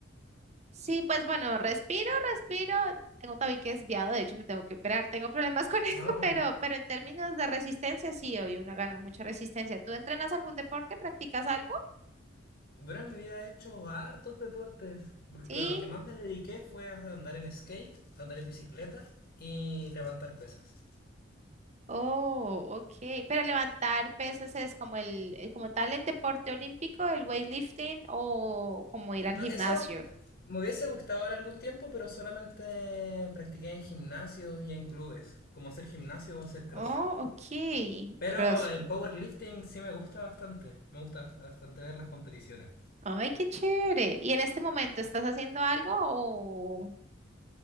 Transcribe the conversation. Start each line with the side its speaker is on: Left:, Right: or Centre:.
Right: sí, pues bueno, respiro, respiro. Tengo tabique desviado, de hecho me tengo que operar. Tengo problemas con <laughs> eso,
Left: Ah,
Right: pero, pero en términos de resistencia, sí, obvio, uno gana mucha resistencia. ¿Tú entrenas algún deporte? ¿Practicas algo?
Left: Bueno, me hubiera hecho hartos deportes,
Right: Sí.
Left: pero lo que más me dediqué fue a andar en skate, a andar en bicicleta y levantar pesas.
Right: Oh, ok. Pero levantar pesas es como el, eh, como tal el deporte olímpico, el weightlifting o como ir al
Left: No,
Right: gimnasio.
Left: eso me hubiese gustado ahora algún tiempo, pero solamente practiqué en gimnasios y en clubes, como hacer gimnasio o hacer CrossFit.
Right: Oh, ok.
Left: Pero
Right: Cross
Left: el powerlifting sí me gusta bastante, me gusta bastante ver las competiciones.
Right: Ay, qué chévere. ¿Y en este momento estás haciendo algo o...